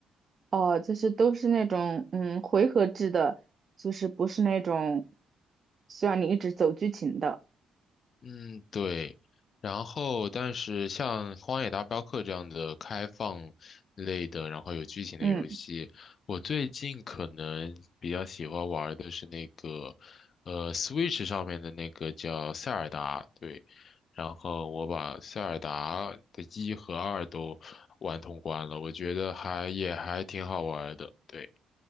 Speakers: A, on the right; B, on the left.
A: 哦，就是都是那种嗯回合制的，就是不是那种需要你一直走剧情的。
B: 嗯，对。然后，但是像《荒野大镖客》这样的开放类的，然后有剧情的游戏，
A: 嗯
B: 我最近可能比较喜欢玩的是那个，呃，Switch 上面的那个叫《塞尔达》。对，然后我把《塞尔达》的一和二都玩通关了，我觉得还也还挺好玩的。对。